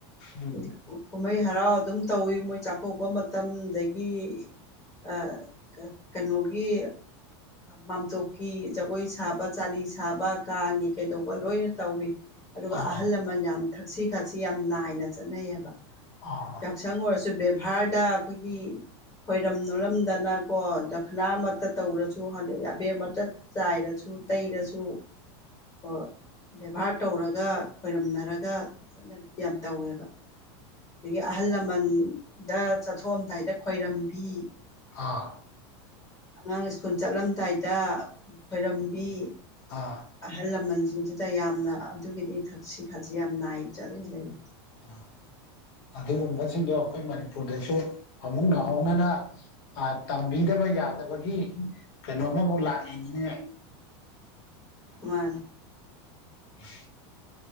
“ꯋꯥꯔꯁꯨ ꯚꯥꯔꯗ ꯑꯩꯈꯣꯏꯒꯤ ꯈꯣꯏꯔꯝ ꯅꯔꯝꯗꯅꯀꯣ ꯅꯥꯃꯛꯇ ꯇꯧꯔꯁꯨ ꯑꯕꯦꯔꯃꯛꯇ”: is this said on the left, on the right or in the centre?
Left